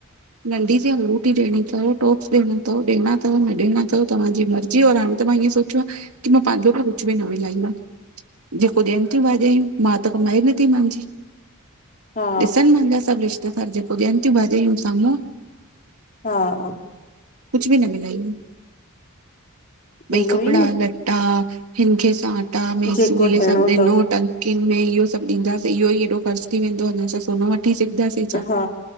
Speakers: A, on the right (about 80°); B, on the left (about 40°).
A: नंढ़ी सी अंगूठी ॾेणी थव, टॉप्स ॾेणा थव, ॾेणा थव, न ॾेणा थव? तव्हांजी मर्ज़ी, और हाणे त मां ईएं सोचो आ की मां पांजो बि कुछ बि न मिलाईंदम, जेको ॾियन तियूं भाॼायूं, मा त कमाए नथी मांजी
B: हा
A: ॾिसन मांजा सभ रिश्तेदार, जेको ॾियन तियूं भाॼायूं साम्हूं।
B: हा
A: कुछ बि न मिलाईंदम, भई
B: उहो
A: कपड़ा
B: ई न
A: ल टा, हिनखे सांटा, मेसू,
B: जेको
A: इहे
B: ॾियणो
A: सभु
B: अथव
A: ॾिनो तन किन में इहो सभु, ॾींदासीं इहो ई एॾो ख़र्च थी वेंदो। हुनसां सोन वठी सघंदासीं? छा
B: हा,